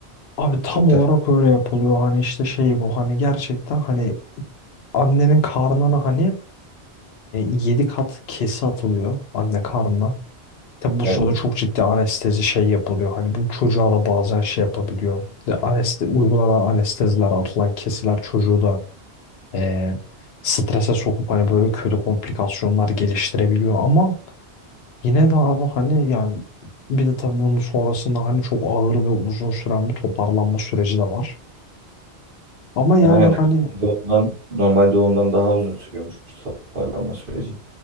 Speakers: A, on the left; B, on the right.
A: Abi tam
B: Çok
A: olarak
B: tef.
A: öyle yapılıyor hani işte şey bu hani gerçekten hani annenin karnına hani Yedi kat kesi atılıyor anne karnına. Tabi bu
B: Evet.
A: sırada çok ciddi anestezi şey yapılıyor. Hani bu çocuğa da bazen şey yapabiliyor. De aneste uygulanan anesteziler, atılan kesiler çocuğu da ee, strese sokup hani böyle kötü komplikasyonlar geliştirebiliyor. Ama yine de abi hani yani bir de tabii bunun sonrasında hani çok ağır ve uzun süren bir toparlanma süreci de var. Ama yani
B: Aynen.
A: hani
B: Doğumdan, normal doğumdan daha uzun sürüyormuş toparlanma süreci.